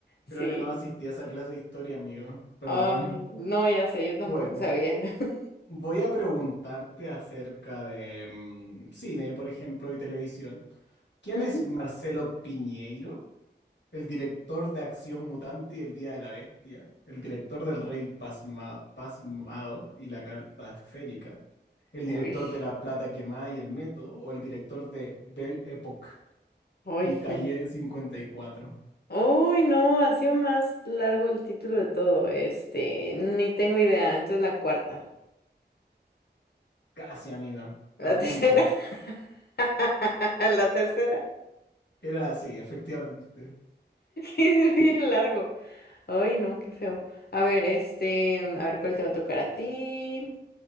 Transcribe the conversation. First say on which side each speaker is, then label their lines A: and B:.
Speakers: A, on the left; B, on the left.
A: <laughs>
B: Creo
A: Sí.
B: que no asistí a esa clase de historia, amigo. Perdón.
A: Ay, no, ya sé, yo tampoco
B: Bueno,
A: sabía. <laughs>
B: voy a preguntarte acerca de mm, cine, por ejemplo, y televisión. ¿Quién
A: Ujú.
B: es Marcelo Piñeiro? El director de Acción Mutante y El Día de la Bestia. El director del Rey Pasma- Pasmado y la Carta Esférica. El
A: Uy,
B: director de La Plata Quemada y El Método. O el director de Belle Époque
A: uy.
B: y Calle
A: n-
B: cincuenta y cuatro
A: Uy, no, ha sido más largo el título de todo. Este, ni tengo idea. Entonces la cuarta.
B: Casi, amiga.
A: La
B: A punto.
A: tercera. <laughs> La tercera. <laughs>
B: Era así, efectivamente.
A: Es bien largo. Ay, no, qué feo. A ver, este, a ver cuál te va a tocar a ti.